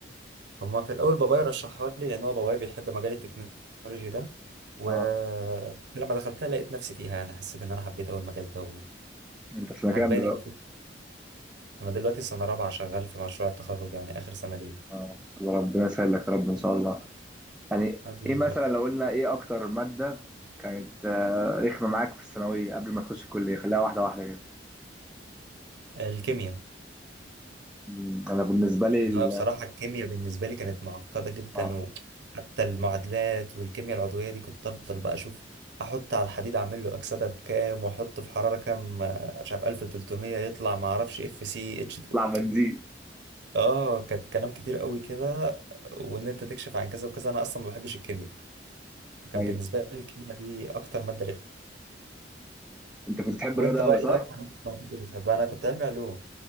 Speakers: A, on the right (about 65°); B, in the centre.
A: هما في الاول بابايا رشحها لي لان هو بابايا بيحب مجال التكنولوجي ده ولما
B: اه
A: دخلتها لقيت نفسي فيها يعني حسيت ان انا حبيت اول المجال ده
B: انت في مكان
A: وعجباني
B: دلوقتي
A: قوي انا دلوقتي سنه رابعه شغال في مشروع التخرج يعني اخر سنه ليه
B: اه ان شاء الله ربنا يسهل لك يا رب ان شاء الله يعني
A: حبيبي
B: ايه مثلا
A: بقى
B: لو قلنا ايه اكتر ماده كانت آه، رخمه معاك في الثانويه قبل ما تخش الكليه خليها واحده واحده كده
A: الكيمياء
B: مم، انا بالنسبه لي ال-
A: إن هو بصراحة الكيمياء بالنسبة لي كانت معقدة جدا
B: اه
A: وحتى المعادلات والكيمياء العضوية دي كنت أفضل بقى أشوف أحط على الحديد أعمل له أكسدة بكام وأحطه في حرارة كام آه، مش عارف 1300 يطلع معرفش اف سي اتش اتنين.
B: اطلع بنزين
A: اه كانت كلام كتير قوي كده وإن أنت تكشف عن كذا وكذا أنا أصلا ما بحبش الكيمياء فكان
B: ايوه
A: بالنسبة لي الكيمياء دي أكتر مادة رخمة
B: انت كنت بتحب
A: وأنت
B: الرياضه
A: بقى
B: قوي
A: إيه
B: صح
A: أكتر مادة ما كنتش بتحبها أنا كنت علمي علوم